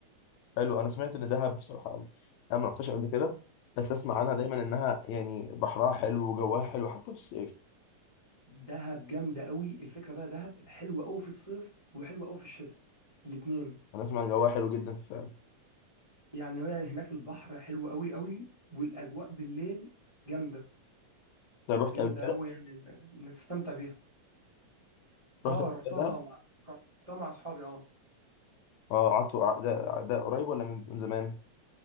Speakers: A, on the left (about 80°); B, on the right (about 25°).
A: حلو أنا سمعت إن دهب بصراحة أنا أنا ما رحتش قبل كده بس أسمع عنها دايما إنها يعني بحرها حلو وجواها حلو حتى في الصيف
B: دهب جامده قوي الفكره بقى دهب حلوه قوي في الصيف وحلوه قوي في الشتاء الاتنين
A: أنا أسمع إن جواها حلو جدا فعلا
B: يعني هي هناك البحر حلو قوي قوي والاجواء بالليل جامده
A: أنت رحت
B: جامده
A: قبل كده؟
B: قوي يعني انك تستمتع بيها
A: رحت
B: اه
A: قبل
B: رحتها
A: كده
B: مع رحتها مع اصحابي اه
A: اه قعدتوا ع- ده ده قريب ولا من من زمان